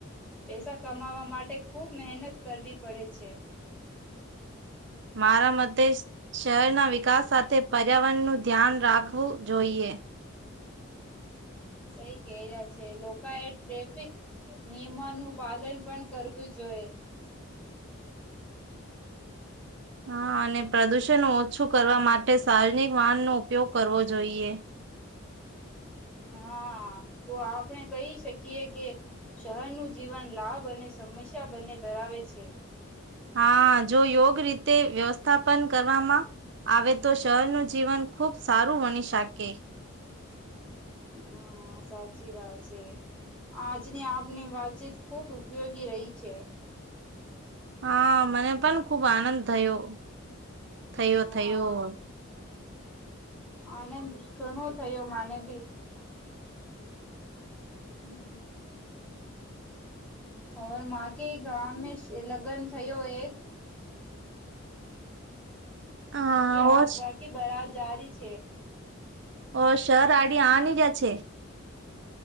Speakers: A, in the centre; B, on the right.
A: પૈસા કમાવા માટે ખૂબ મહેનત કરવી પડે છે.
B: મારા મતે શહેરના વિકાસ સાથે પર્યાવરણનું ધ્યાન રાખવું જોઈએ
A: હ સઈ કે્યા છે લોકો એ ટ્રેફિક નિયમાનું પાલન પણ કરવું જોઈએ
B: હા અને પ્રદૂષણ ઓછું કરવા માટે સાર્વજનિક વાહનનો ઉપયોગ કરવો જોઈએ
A: હા તો આપણે કહી શકીએ કે શહેરનું જીવન લાભ અને સમસ્યા બંને ધરાવે છે.
B: હા જો યોગ રીતે વ્યવસ્થાપન કરવામાં આવે તો શહેરનું જીવન ખૂબ સારું હોની શકે.
A: હમ સાચી વાત છે. આજની આપની વાતચીત ખૂબ ઉપયોગી રહી છે.
B: હા મને પણ ખુબ આનંદ થયો થયો
A: હા
B: થયો.
A: આનંદ ઘણું થયો માને બી હમ ઓર માકે ગાવમે લગન થયો એક
B: હા
A: ચીકિ આજ
B: હોશ
A: બાકી બરા જારી છે.
B: ઓ સર આડી આની જા છે.